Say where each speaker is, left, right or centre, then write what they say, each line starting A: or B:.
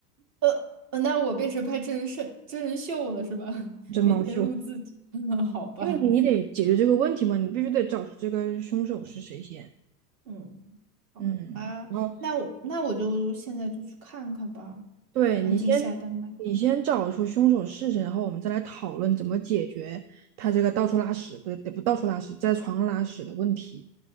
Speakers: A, on the right; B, on the right.
A: 呃呃那我变成拍真人秀真人秀了是吧？<laughs> 每天录自己，
B: 真毛秀，
A: <laughs> 好吧，
B: 因为你你得解决这个问题嘛，你必须得找出这个凶手是谁先。
A: 嗯，好吧，
B: 嗯，然后
A: 那我那我就现在就去看看吧，
B: 对你先你先找出凶手是谁，
A: 赶紧下单买一个。
B: 然后我们再来讨论怎么解决他这个到处拉屎，不对，不到处拉屎，在床上拉屎的问题。